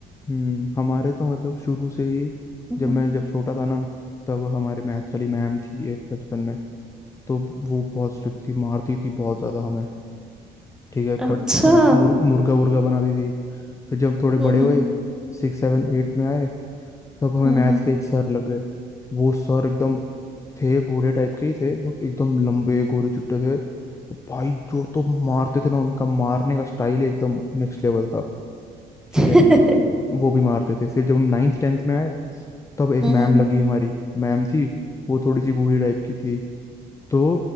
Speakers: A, on the left (about 15°); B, in the centre.
A: हम्म हमारे तो मतलब शुरू से ही
B: हम्म,
A: जब मैं जब छोटा था ना तब हमारे मैथ्स वाली मैम थी एक बचपन में तो वो बहुत स्ट्रिक्ट थी मारती थी बहुत ज्यादा हमें ठीक है
B: अच्छा
A: खट मुर,
B: हम्म
A: मुर्गा वुर्गा बनाती थी फिर जब थोड़े
B: हम्म
A: बड़े हुए सिक्स सेवन एट्थ में आए तब हमें
B: हम्म
A: मैथ्स के एक सर लग गए वो सर एकदम थे बूढ़े टाइप के ही थे बट एकदम लंबे गोरे चुट्टे थे भाई जो तो मारते थे ना उनका मारने का स्टाइल एकदम नेक्स्ट लेवल था ठीक
B: हम्म
A: है
B: <laughs>
A: वो भी मारते थे फिर जब हम नाइन्थ टेंथ में आए तब एक
B: हम्म,
A: मैम लगी हमारी मैम थी वो थोड़ी सी बूढ़ी टाइप की थी तो